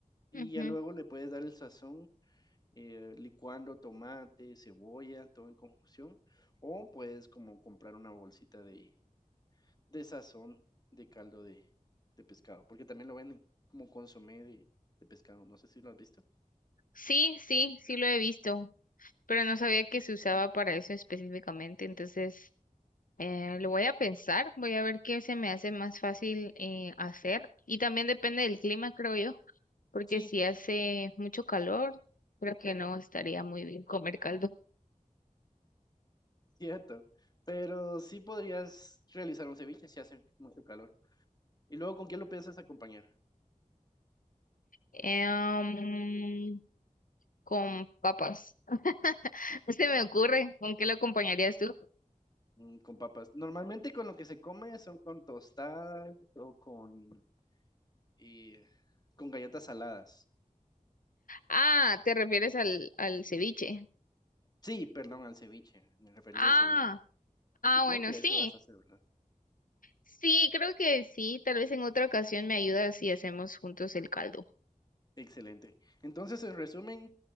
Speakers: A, on the left (about 30°); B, on the left (about 80°).
A: Y
B: Ujú.
A: ya luego le puedes dar el sazón eh, licuando tomate, cebolla, todo en conjunción. O puedes como comprar una bolsita de, de sazón de caldo de, de pescado, porque también lo venden como consomé de, de pescado. No sé si lo has visto.
B: Sí, sí, sí lo he visto. pero no sabía que se usaba para eso específicamente, entonces eh, lo voy a pensar, voy a ver qué se me hace más fácil eh, hacer y también depende del clima, creo yo, porque
A: Sí,
B: si hace mucho calor, creo que no estaría muy bien comer caldo
A: cierto. Pero sí podrías realizar un ceviche si hace mucho calor. ¿Y luego con qué lo piensas acompañar?
B: Eh, um, con papas. <laughs> No Se me ocurre, ¿con qué lo acompañarías tú?
A: Mm, Con papas. Normalmente con lo que se come son con tostadas o con, eh, con galletas saladas.
B: Ah, ¿te refieres al, al ceviche?
A: Sí, perdón, al ceviche. Me refería
B: Ah,
A: al ceviche. Porque
B: ah,
A: creo
B: bueno,
A: que
B: sí,
A: eso vas a hacer, ¿verdad?
B: Sí, creo que sí. Tal vez en otra ocasión me ayudas y hacemos juntos el caldo.
A: Excelente. Entonces, en resumen,